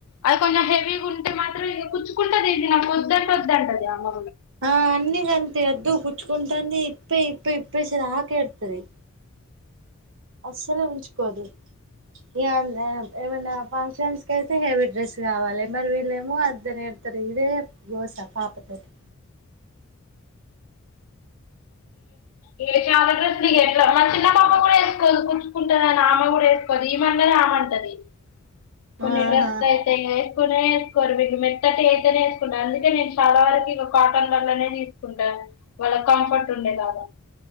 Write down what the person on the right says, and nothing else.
ఆ అన్నీ ఇగ అంతే అద్దు గుచ్చుకుంటుంది ఇప్పేయ్ ఇప్పేయ్ ఇప్పేసేదాక ఏడుత్తది అస్సలు ఉంచుకోదు ఇ ఏమైనా ఫంక్షన్స్ కి అయితే హెవీ డ్రెస్ కావాలి మరి వీళ్ళేమో అద్దని ఏడు స్తారు ఇగ ఇదే గోస పాపతోటి
ఆహా